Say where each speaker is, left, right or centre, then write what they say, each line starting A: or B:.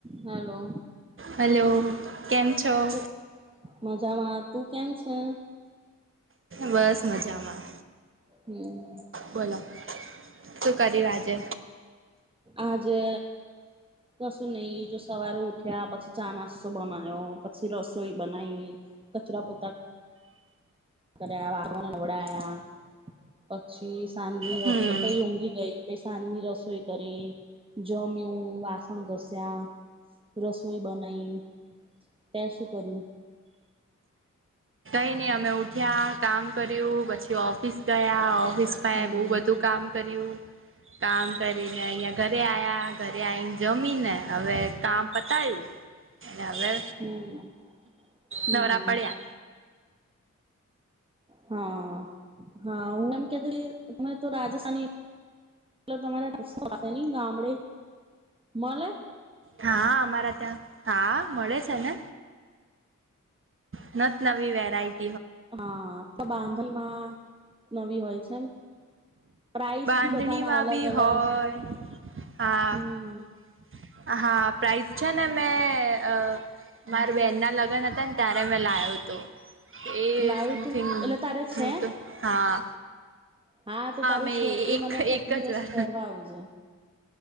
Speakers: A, on the right; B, on the right.
A: Hello
B: hello કેમ છો
A: શું મજામાં તું કેમ છો?
B: બસ મજામાં.
A: હમ્મ.
B: બોલો શું કર્યું આજે?
A: આજે કશું નહી જો સવારે ઉઠ્યા, પછી ચા નાસ્તો બનાયો પછી, રસોઈ બનાવી કચરા પોતા કર્યા બાળકોને નવડાયા પછી સાંજની
B: હમ
A: રસોઈ પછી ઊંઘી ગઈ પછી સાંજની રસોઈ કરી, જમ્યું વાસણ ઘસ્યા, રસોઈ બનાવી તે શું કર્યું?
B: કઈ નઈ અમે ઉઠ્યા કામ કર્યું પછી ઓફિસ ગયા ઓફિસ એ
A: હમ
B: બહુ બધું કામ કર્યું. કામ કરીને અહિયાં ઘર ઘરે આયા ઘરે આવીઈને જમીને હવે કામ પતાયું, અને હવે
A: હમ હમ
B: નવરા પડ્યા.
A: હા હા હનેમ કેતી તમે તો રાજસ્થાની તમારે રસ્તો ન ગામડે મળે.
B: હા અમારા ત્યાં હા મળે છે ને. નત નવીવેરાત
A: હા તો બાંધણમાં નવી હોય છે એમ. પ્રાઇસ
B: બાંધણીમાં
A: બી બધાના અલગ
B: બી
A: અલગ
B: હોય હા
A: હમ
B: હા પ્રઇઝ છે ને મેં અ માર બેહેન ના લગ્ન હતા ને ત્યારે મેં લાવ્યો હતું. એ
A: લાવું
B: સમથિંગ
A: તું એટલે તારે છે
B: હ તો હા.
A: હા તો તારું
B: મે
A: છે એ
B: એક
A: મને
B: એક
A: કોક દિવસ
B: જ વાર
A: પહેરવા આવજ.